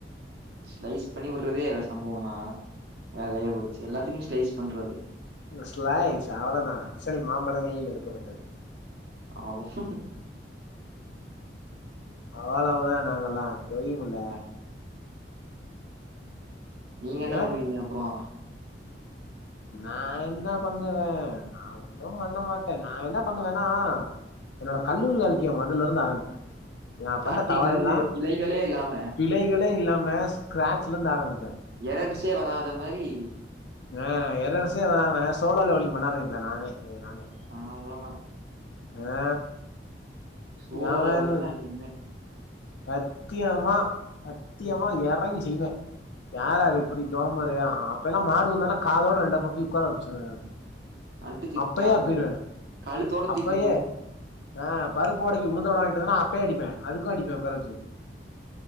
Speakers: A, on the right; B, on the left.
A: ஸ்லைஸ் பண்ணி உற்றதே சம்பவன்னா வேலையே போச்சு எல்லாத்துக்கு ஸ்லைஸ் பண்றது
B: ஸ்லைஸ் ச அவலதா அசல் மாம்பழங்களில் எடுக்கப்பட்டது
A: ஆ சு
B: அவ்வளவுதா நாங்கல்லா தெரியும்முல்ல
A: நீங்க
B: நேத்து
A: என்ன பண்ணுவீங்க அப்புறோ
B: நா என்ன பண்ணுவே நா ஒன்னு பண்ண மாட்டே நா என்ன பண்ணுவேன்னா என்னோட கல்லூரி வாழ்க்கைய மொதல்ல இருந்து ஆரம்பிப்பே நா
A: ஸ்டார்ட்டிங்ல
B: பண்ண தவறெல்லா
A: இருந்து பிழைகளே இல்லாம
B: பிழைகளே இல்லாம ஸ்க்கிராட்சுல இருந்து ஆரம்பிப்பே
A: எறட்சியே வராத மாரி
B: ஆ எறற்சியே வராமா சோலார்ல ஒளி பண்ணாரிப்பே நானே நானே
A: ஆ அவ்ளதா
B: ஆ
A: சூலூர்ல
B: எவன்
A: வந்திங்னா நிம்மே
B: சத்தியமா சத்தியமா எறங்கி செய்வே யார்யாரு இப்படி டோமரு அப்ப எல்லா மாடு வந்தானா காதோட ரெண்டு அப்பு அப்பி உக்கார வச்சிருவே
A: அடிச்சு
B: அப்பயே
A: கழு
B: அப்பிருவே
A: கழுத்தோட
B: அப்பயே
A: தூக்கி நின்
B: ஆ பருப் ப்பு வடைக்கு உளுந்த வட வாங்கிட்டான அப்பேயே அடிப்பே அதுக்கு அடிப்பே உட்கார வச்சு